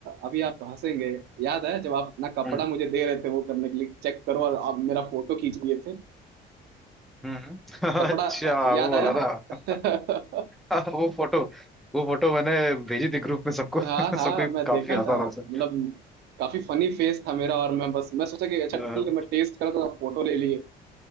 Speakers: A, on the right; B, in the centre.
A: अभी आप हंसेंगे याद है जब आप अपना कपड़ा
B: हम्म
A: मुझे दे रहे थे वो करने के लिए चेक करो और आप मेरा फोटो खींच लिए थे
B: हम्म। <laughs>
A: कपड़ा
B: अच्छा
A: याद
B: वो
A: आया
B: वाला ना
A: <laughs>
B: हाँ, वो फोटो वो फोटो मैंने भेजी थी ग्रुप में सबको <laughs>
A: हाँ हाँ
B: सबको ही
A: मैं
B: काफी
A: देखा
B: हंसा
A: था
B: हंसा
A: मतलब काफी फनी फेस था मेरा और मैं बस मैं सोचा कि अच्छा
B: हाँ।
A: ठीक है मैं टेस्ट करूँ तो आप फोटो ले लिए